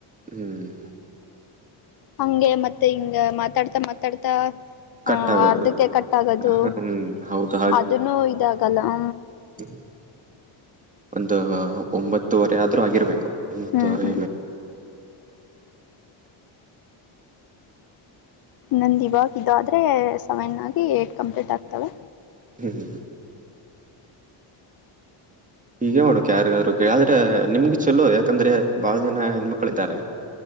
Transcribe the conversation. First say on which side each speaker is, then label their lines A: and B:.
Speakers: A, on the right; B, on the left.
A: ಹ್ಮ್ ಹ್ಮ
B: ಹಗೆ ಮತ್ತೆ ಹಿಂಗ ಮಾತಾಡ್ತಾ ಮಾತಾಡ್ತಾ ಹ
A: ಕಟ್ ಆಗೋದು
B: ಅರ್ಧಕ್ಕೆ ಕಟಆಗದು
A: ಹ್ಮ್ ಹೌದು
B: ಅದನ್ನು ಇದಾಗಲ್ಲ ಹ
A: ಹ್ಮ್ ಒಂದು ಒಂಬತ್ತುವರೆ ಆದ್ರೂ ಆಗಿರ್ಬೇಕು ಒಂಬತ್ತುವರೆ
B: ಹ್ಮ್ ಹ್ಮ್
A: ಮ.
B: ನಂದು ಇವಾಗ ಇದ ಆದರೆ ಸೆವೆನ್ ಆಗಿ ಏಟ್ ಕಂಪ್ಲೀಟ್ ಆಗ್ತವೆ
A: ಹ್ಮ್ ಹ್ ಹ್ ಹೀಗೆ ಮಾಡೋಕ ಯಾರಿಗಾದ್ರು ಕ ಆದ್ರೆ ನಿಮ್ಗೆ ಚಲೋ ಯಾಕಂದ್ರೆ ಬಹಳ ಜನ ಹೆಣ್ಮಕ್ಳ ಇದಾರೆ